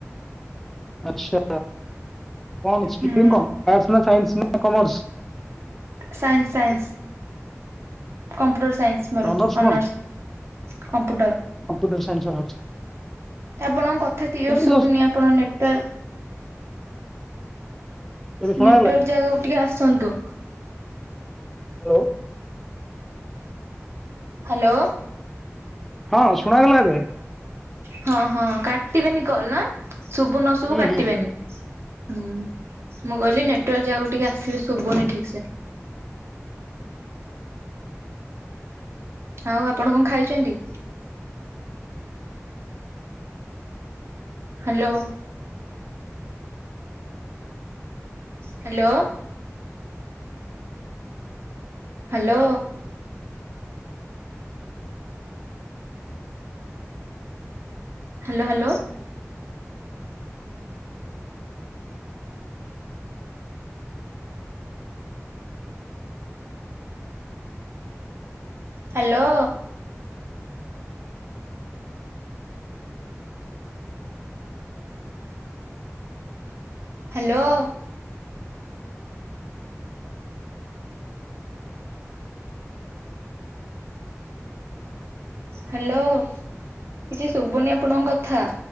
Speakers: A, in the centre; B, on the right.
A: ଆଚ୍ଛା କଣ
B: ହୁଁ
A: <unintelligible> ଆର୍ଟସ ନା ସାଇନ୍ସୀ ନା commerce?
B: Science science. Computer science ମୋର
A: ଅନର୍ସ
B: Honours
A: କଣ?
B: computer
A: computer science honours.
B: ଆପଣଙ୍କ କଥା କ୍ଲିୟର
A: ଏବେ
B: ଶୁଭୁନି
A: ଜଷ୍ଟ
B: ଆପଣଙ୍କ ନେଟୱାର୍କ
A: ଏବେ ଶୁଣାଗଲା
B: ନେଟୱାର୍କ ଜାଗାକୁ ଟିକେ ଆସନ୍ତୁ।
A: ହ୍ୟାଲୋ।
B: ହ୍ୟାଲୋ।
A: ହଁ ଶୁଣାଗଲା ଏବେ।
B: ହଁ ହଁ କାଟିବେନି କଲ୍ ନା ଶୁଭୁ ନ ଶୁ ଭୁ
A: ହୁଁ
B: କାଟିବେନି
A: ହୁଁ ହୁଁ
B: ହୁଁ ମୁଁ କହିଲି ନେଟୱାର୍କ ଯାଗାକୁ ଟିକେ ଆସିବେ ଶୁଭୁନି ଠିକ ସେ। ଆଉ ଆପଣ କଣ ଖାଇଛନ୍ତି? Hello. Hello. Hello. Hello hello. Hello. Hello. Hello କିଛି ଶୁଭୁନି ଆପଣଙ୍କ କଥା।